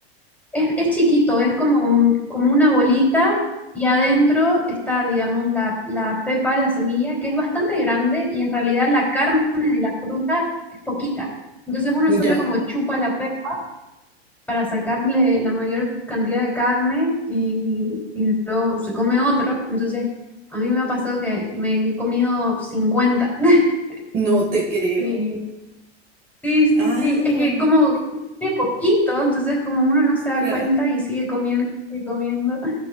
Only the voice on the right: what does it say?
Ya.
No te creo.
Ah,
claro.